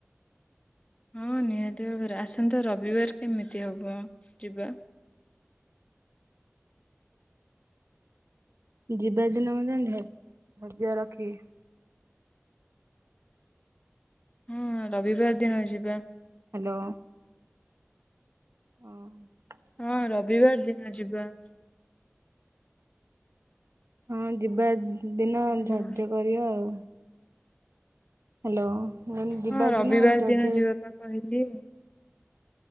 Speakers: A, on the left; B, on the right.
A: ହଁ ନିହାତି ଭାବରେ ଆସନ୍ତା ରବିବାର କେମିତି ହବ ଯିବା।
B: ଯିବା ଦିନେ ମଧ୍ୟ ଧ ଧୈର୍ଯ୍ୟ ରଖି।
A: ହଁ ରବିବାର ଦିନ ଯିବା।
B: ହାଲୋ। ଅହଂ। <unintelligible>
A: ହଁ ରବିବାର ଦିନ ଯିବା।
B: ହଁ ଯିବା ଦିନ
A: ହ୍ୟାଲୋ
B: ଧାଯ୍ୟ କରିବା ଆଉ। ହାଲୋ ମୁଁ ଯିବା
A: ହଁ ରବିବାର
B: ଦିନେ ଯୋଥେ
A: ଦିନ ଯିବା
B: <unintelligible>
A: ପା କହିଲି।